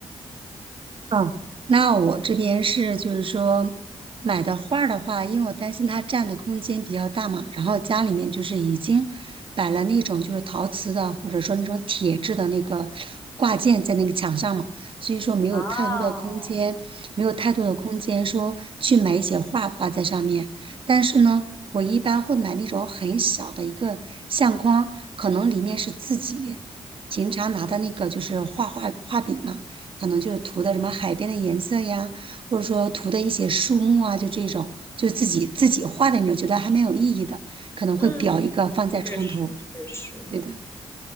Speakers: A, on the right; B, on the left.
A: 哦，那我这边是就是说买的画儿的话，因为我担心它占的空间比较大嘛，然后家里面就是已经摆了那种就是陶瓷的或者说那种铁质的那个挂件在那个墙上嘛，所以说没有太多的空间，
B: 哦，
A: 没有太多的空间说去买一些画挂在上面。但是呢，我一般会买那种很小的一个相框，可能里面是自己平常拿的那个就是画画画笔嘛。可能就是涂的什么海边的颜色呀，或者说涂的一些树木啊，就这种，就自己自己画的那种，觉得还蛮有意义的，可能会裱一个放在床头，
B: 嗯，确实确实。
A: 对的。